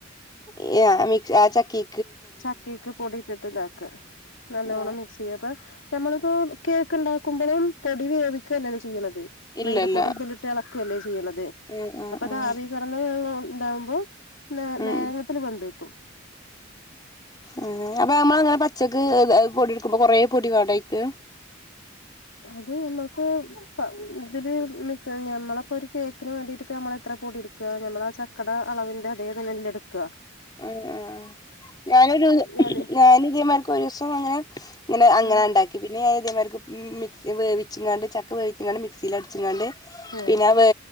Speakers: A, on the left; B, on the left.
A: <unintelligible> ആ ചക്കി
B: ചക്കേക്ക് പൊടിട്ടിട്ട് താക്ക നല്ലോണം
A: ആഹ്
B: മിക്സ് <unintelligible> നമ്മളിപ്പോ കേക്ക്ണ്ടാക്കുമ്പളും പൊടി വേവിക്ക അല്ലേലൊ ചെയ്യ്ണത്
A: ഇല്ലല്ല
B: മെയ്ത പൊടി തിലിട്ടെളക്കല്ലേ ചെയ്യണത്
A: ആഹ് ആഹ്
B: അപ്പൊതാവിക
A: ആഹ്
B: <inaudible> ണ്ടാവുമ്പോ ന്
A: ഉം
B: നേരത്തിന് വെന്ത് കിട്ടും
A: ഉം അപ്പൊ നമ്മള് ങ്ങനെ പച്ചക്ക് എ പൊടി എടുക്കുമ്പൊ കൊറെ പൊടി വേണ്ടയ്ക്ക്
B: അത് ഞമ്മക്ക് ത തില് മി ഞമ്മളപ്പൊരു കേക്കിന് വേണ്ടിട്ട് പ്പ ഞമ്മളെത്ര പൊടി എടു ക്ക ഞമ്മളാ ആ ചക്കട അളവിന്റെതേ തന്നെല്ലെട്ക്ക
A: അം ആഹ് ഞാനൊരു
B: ഇല്
A: ഞാനിതേ മാരിക്കൊരോസം അങ്ങനെ ങ്ങനെ അങ്ങന
B: ഉം
A: ണ്ടാക്കി പിന്നെ ഇതേമാര്ക്ക് മ് മിക്സി വേവിച്ചങ്ങാണ്ട് ചക്ക വേവിച്ചങ്ങാണ്ട് മിക്സീല ടിച്ച്ങ്ങാണ്ട്
B: ഉം
A: പിന്ന വേ